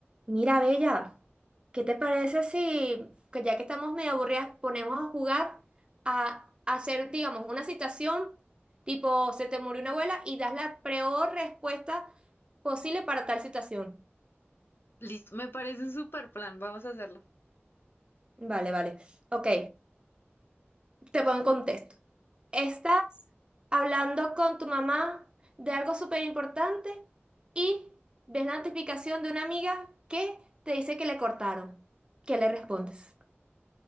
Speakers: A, on the right; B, on the left.
A: Mira, Bella, ¿qué te parece si, que ya que estamos medio aburridas, ponemos a jugar a, hacer, digamos, una citación tipo, se te murió una abuela y das la peor respuesta posible para tal situación?
B: Listo, me parece un super plan, vamos a hacerlo.
A: Vale, vale. Ok, te pongo en contexto. Estás hablando con tu mamá de algo súper importante y ves la notificación de una amiga que te dice que le cortaron. ¿Qué le respondes?